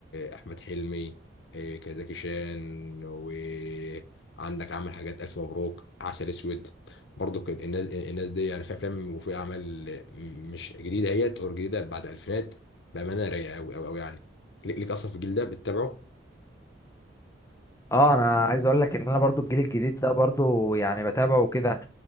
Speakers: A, on the left; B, on the left.
A: أحمد حلمي آه، كزكي شان وعندك عمل حاجات ألف مبروك عسل أسود برضو كان الناس الناس دي يعني في افلام وفي اعمال مش جديده هي تطور جديده بعد الفينات بامانه رايقه قوي قوي قوي يعني ليك ليك اصلا في الجيل ده بتتابعه
B: اه انا عايز اقول لك ان انا برضو الجيل الجديد ده برضو يعني بتابعه وكده